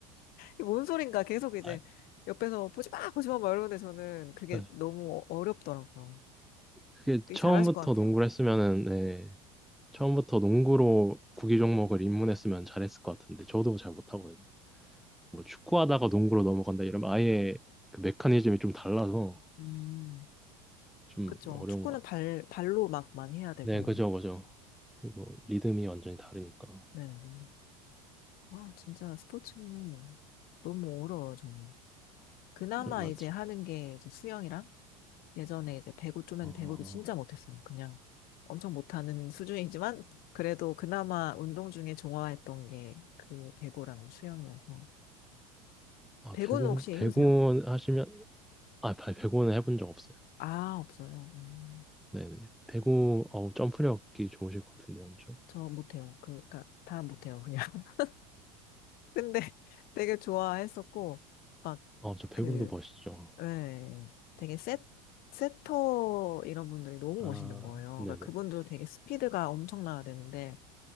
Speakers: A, on the left (about 50°); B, in the centre.
A: 뭔 소린가 계속 이제
B: 맞아요.
A: 옆에서 보지 마, 보지 마, 막 이러는데 저는 그게
B: 아, 아,
A: 너무 어, 어렵더라고요.
B: 그게
A: 되게
B: 처음부터
A: 잘하실 것 같아요.
B: 농구를 했으면은, 네, 처음부터 농구로 구기 종목을 입문했으면 잘했을 것 같은데, 저도 잘 못하거든요. 뭐 축구하다가 농구로 넘어간다 이러면 아예 그 메커니즘이 좀 달라서
A: 음.
B: 좀
A: 그쵸.
B: 어려운
A: 축구는
B: 것
A: 발,
B: 같아.
A: 발로 막 많이 해야 되고.
B: 네, 그죠, 그죠. 그리고 리듬이 완전히 다르니까.
A: 네. 네. 아, 진짜 스포츠는 너무 어려워요, 저는. 그나마
B: 네, 맞죠.
A: 이제 하는 게 이제 수영이랑 예전에 이제 배구 좀
B: 어,
A: 했는데 배구도 진짜 못했어요. 그냥 엄청 못하는 <laughs> 수준이지만 그래도 그나마 운동 중에 좋아했던 게 그 배구랑 수영이어서.
B: 아,
A: 배구는
B: 배구,
A: 혹시
B: 배구
A: 해보세요?
B: 하시면, 아, 배- 배구는 해본 적 없어요.
A: 아, 없어요. 음,
B: 네네. 배구, 어우, 점프력이 좋으실 것 같은데, 엄청.
A: 저 못해요. 그, 그니까 다 못해요, 그냥. <laughs> 근데 되게 좋아했었고, 막
B: 어, 저 배구도
A: 그
B: 멋있죠.
A: 네, 되게 셋, 세터 이런 분들이 너무
B: 아,
A: 멋있는 거예요.
B: 네네.
A: 그러니까 그분도 되게 스피드가 엄청나야 되는데,